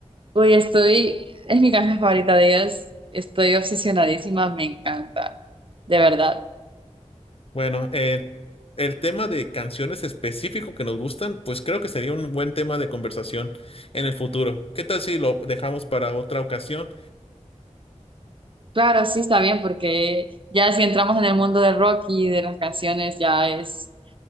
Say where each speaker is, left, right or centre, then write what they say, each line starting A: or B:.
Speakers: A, on the right (about 45°); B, on the left (about 50°).
A: Uy, estoy, es mi canción favorita de ellos. Estoy obsesionadísima, me encanta, de verdad.
B: Bueno, eh, el tema de canciones específico que nos gustan, pues creo que sería un buen tema de conversación en el futuro. ¿Qué tal si lo dejamos para otra ocasión?
A: Claro, sí está bien, porque ya si entramos en el mundo del rock y de las canciones, ya es